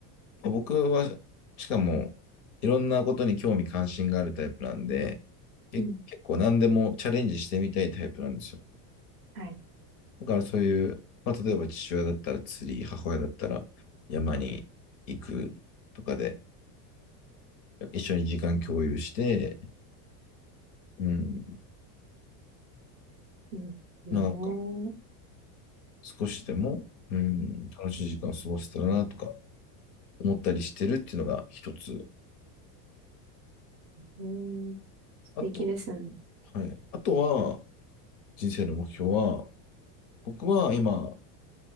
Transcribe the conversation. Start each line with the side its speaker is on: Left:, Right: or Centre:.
Left: まあ僕は、しかも、いろんなことに興味関心があるタイプなんで、け結構何でもチャレンジしてみたいタイプなんですよ。
Right: うん、はい。
Left: だからそういう、まあ、例えば父親だったら釣り、母親だったら山に行くとかで、一緒に時間共有して、うん、
Right: いいですね。
Left: まあなんか少しでも、うん、楽しい時間を過ごせたらなとか思ったりしてるっていうのが一つ。
Right: うん、素敵ですね。
Left: あと、はい。あとは、人生の目標は、僕は今、